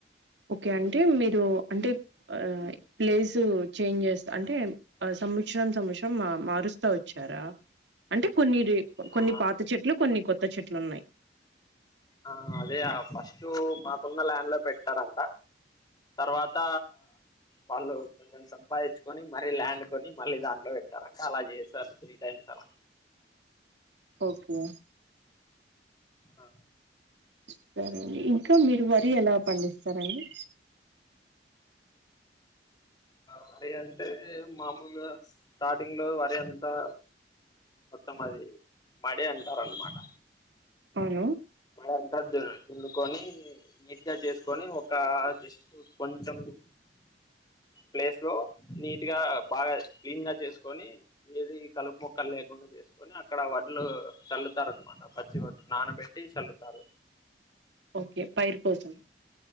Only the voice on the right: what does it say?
ఓకే అంటే మీరు అంటే ప్లేస్ చేంజ్ చేస్త అంటే ఆ సంమ్మక్షరం సంవత్సరం మారుస్తా వచ్చారా అంటే కొన్ని కొన్ని
పాత చెట్లు కొన్ని కొత్త చెట్లు ఉన్నాయ్
ఓకే
సరే అండి ఇంకా మీరు వరి ఎలా పండిస్తారండి
అవును
ఓకే పైరు కోసం